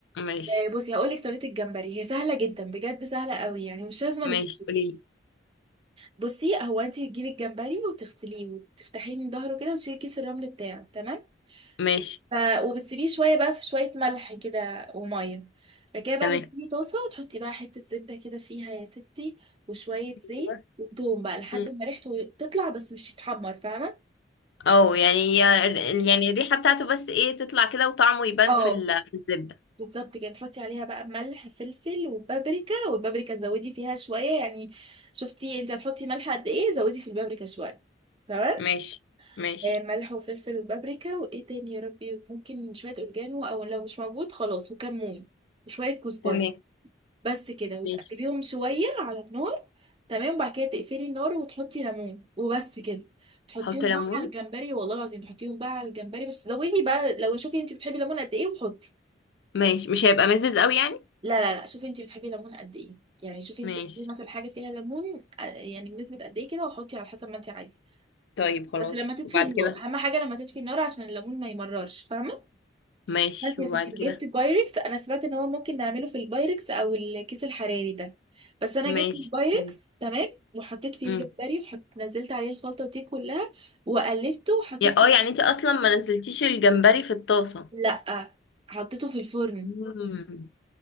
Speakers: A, on the left; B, on the right.
A: ماشي
B: آه، بصي هقول لك طريقه الجمبري هي سهله جدا بجد سهله قوي يعني مش لازم انك
A: ماشي قولي لي
B: بصي هو انت بتجيبي الجمبري وتغسليه وتفتحيه من ظهره كده وتشيلي كيس الرمل بتاعه تمام
A: ماشي
B: ف... وبتسيبيه شويه بقى في شويه ملح كده وميه بعد كده بقى
A: تمام
B: بتجيبي طاسه وتحطي بقى حته زبده كده فيها يا ستي وشويه زيت
A: <laughs>
B: وتوم بقى لحد
A: مم.
B: ما ريحته تطلع بس مش يتحمر فاهمه
A: اه يعني يعني الريحه بتاعته بس ايه تطلع كده وطعمه يبان
B: اه
A: في ال- في الزبده
B: بالظبط كده تحطي عليها بقى ملح فلفل وبابريكا والبابريكا تزودي فيها شويه يعني شفتي انت هتحطي ملح قد ايه زودي في البابريكا شويه تمام
A: ماشي ماشي
B: آه، ملح وفلفل وبابريكا وايه تاني يا ربي ممكن شويه اوريجانو او لو مش موجود خلاص وكمون وشويه كزبره
A: تمام
B: بس كده وتقلبيهم
A: ماشي
B: شويه على النار تمام وبعد كده تقفلي النار وتحطي ليمون وبس كده تحطيهم
A: حط ليمون
B: بقى على الجمبري والله العظيم تحطيهم بقى على الجمبري بس زودي بقى لو شوفي انت بتحبي الليمون قد ايه وحطي
A: ماشي مش هيبقى مزز قوي يعني
B: لا لا لا شوفي انت بتحبي الليمون قد ايه يعني شوفي انت
A: ماشي
B: بتحبي مثلا حاجه فيها ليمون آه، يعني بنسبه قد ايه كده وحطي على حسب ما انت عايزه
A: طيب خلاص
B: بس لما تطفي
A: وبعد
B: النار
A: كده
B: اهم حاجه لما تطفي النار عشان الليمون ما يمررش فاهمه
A: ماشي
B: فانت يا
A: وبعد
B: ستي جبت
A: كده
B: بايركس انا سمعت ان هو ممكن نعمله في البايركس او الكيس الحراري ده بس انا
A: ماشي
B: جبت البايركس
A: تمام
B: تمام وحطيت فيه
A: امم
B: الجمبري وحط نزلت عليه الخلطه دي كلها وقلبته وحطيت
A: يا اه يعني انت اصلا ما نزلتيش الجمبري في الطاسه
B: لا حطيته في الفرن
A: امم